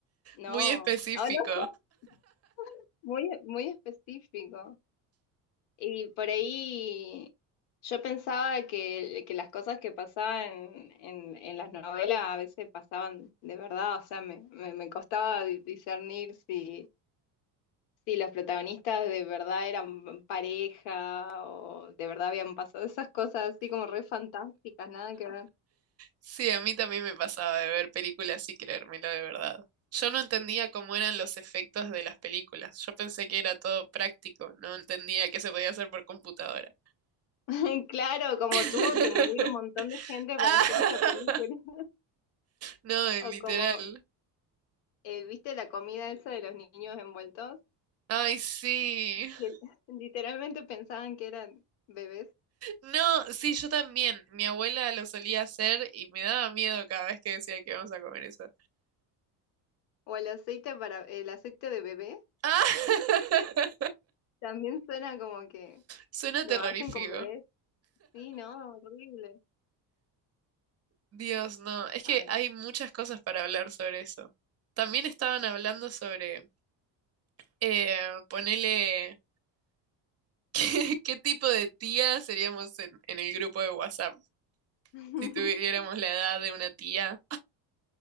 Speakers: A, on the left; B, on the right.
A: no,
B: Muy específico.
A: Ah, no, <laughs> muy, muy específico. Y por ahí yo pensaba que, que las cosas que pasaban en, en las novelas a veces pasaban de verdad, o sea, me, me, me costaba di- discernir si, si los protagonistas de verdad eran pareja o de verdad habían pasado esas cosas así como re fantásticas, nada que ver.
B: Sí, a mí también me pasaba de ver películas y creérmelo de verdad. Yo no entendía cómo eran los efectos de las películas. Yo pensé que era todo práctico, no entendía que se podía hacer por computadora.
A: <laughs> Claro, como
B: <laughs>
A: tuvo que morir un montón de gente para
B: Ah,
A: hacer esta película, <laughs>
B: No, eh,
A: o
B: literal.
A: como, eh, ¿viste la comida esa de los niños envueltos?
B: Ay, sí.
A: Que
B: <laughs>
A: <laughs> literalmente pensaban que eran bebés,
B: No, sí, yo también. Mi abuela lo solía hacer y me daba miedo cada vez que decía que íbamos a comer eso.
A: o el aceite para, el aceite de bebé,
B: Ah, <laughs>
A: también suena como que
B: suena
A: lo
B: terrorífico.
A: hacen con bebés. Sí, no, horrible.
B: Dios, no. Es que
A: Ay.
B: hay muchas cosas para hablar sobre eso. También estaban hablando sobre eh, ponele <laughs> qué tipo de tía seríamos en, en el grupo de WhatsApp
A: <laughs>
B: si tuviéramos la edad de una tía.